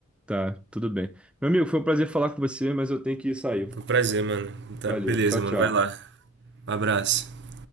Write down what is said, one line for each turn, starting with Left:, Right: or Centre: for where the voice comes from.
Centre: Tá, tudo bem. Meu amigo, foi um prazer falar com você, mas eu tenho que sair.
Right: Foi um prazer, mano. Tá,
Centre: Valeu.
Right: beleza,
Centre: Tchau,
Right: mano.
Centre: tchau.
Right: Vai lá. Um abraço.